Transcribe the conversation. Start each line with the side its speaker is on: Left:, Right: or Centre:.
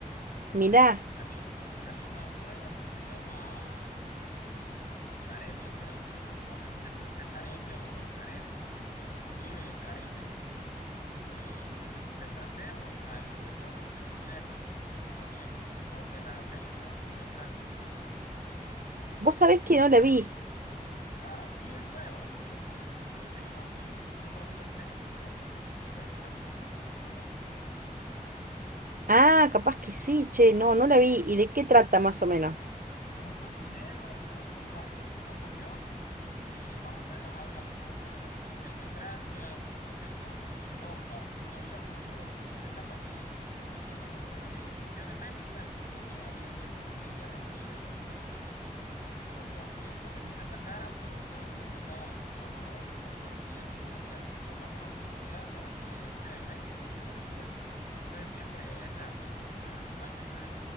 Left: Entonces
Right: Mirá,
Left: eh, salió, salió una nueva que se llama Careme, creo que, o no sé si se pronuncia Careme o Carem, pero se escribe Careme. Eh, y no sé si está en francés o está en español o está en inglés. También, eh, aunque la serie transcurre en Francia. Eh,
Right: vos sabés
Left: entonces,
Right: que no la vi.
Left: ah, sí es nueva. Creo que, de hecho, yo vi que solo habían tres episodios. Entonces me imagino que incluso está en emisión.
Right: Ah, capaz que sí, che, no, no
Left: Sí,
Right: la vi. ¿Y de qué trata más o menos?
Left: Es un cocinero en la época de Napoleón. eh, más o menos hablan un poco de la situación de Francia, su relación con el resto de Europa. Había mucho, muchas etapas de, de que había incursiones bélicas, pero también había tiempos de guerra fría, ¿no? Por decirlo así. Porque aunque tal vez no se atacaran, pero todo el mundo andaba, vamos a vernos con el canciller de Inglaterra. Entonces vamos a conspirar para que sea electo el otro canciller, que no sé. Entonces siempre esa, esas artimañas. Entonces